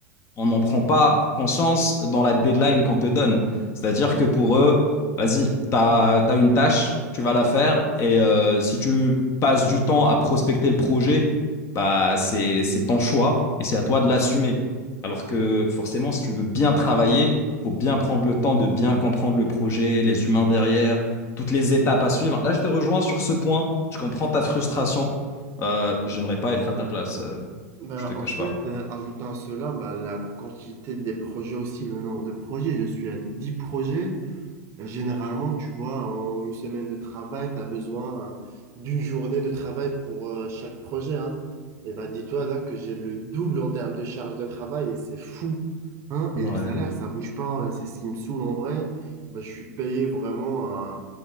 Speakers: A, on the left; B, on the right.
A: on n'en prend pas conscience dans la deadline qu'on te donne. C'est-à-dire que pour eux, vas-y, t'as, t'as une tâche, tu vas la faire, et euh, si tu passes du temps à prospecter le projet, bah c'est c'est ton choix et c'est à toi de l'assumer. Alors que forcément, si tu veux bien travailler, il faut bien prendre le temps de bien comprendre le projet, les humains derrière, toutes les étapes à suivre. Là, je te rejoins sur ce point. Je comprends ta frustration. Euh, j'aimerais pas être à ta place. euh,
B: bah,
A: je te cache
B: en fait,
A: pas.
B: euh, ajoutant à cela bah, la quantité des projets aussi, le nombre de projets. Je suis à dix projets Généralement, tu vois, en une semaine de travail, tu as besoin euh, d'une journée de travail pour euh, chaque projet, hein. Et ben, dis-toi là que j'ai le double en termes de charge de travail et c'est fou, hein.
A: Ouais.
B: Et le salaire, ça bouge pas, euh, c'est ce qui me saoule en vrai. Ben, je suis payé vraiment euh,